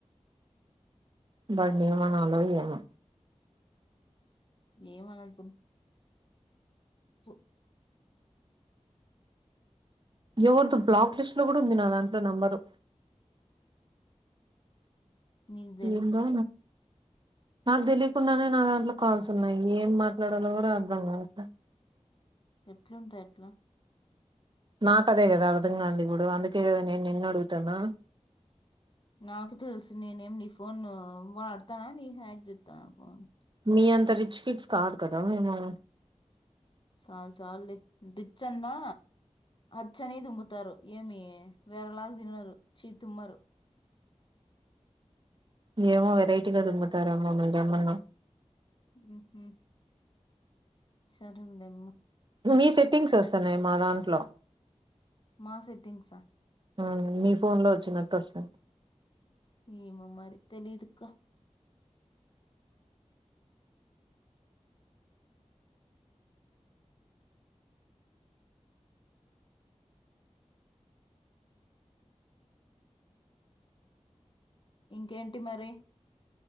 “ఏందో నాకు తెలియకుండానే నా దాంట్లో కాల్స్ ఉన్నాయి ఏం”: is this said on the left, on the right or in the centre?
Right